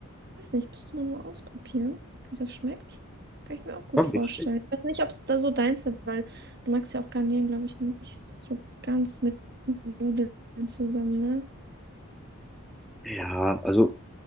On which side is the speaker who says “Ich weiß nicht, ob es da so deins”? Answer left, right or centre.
Right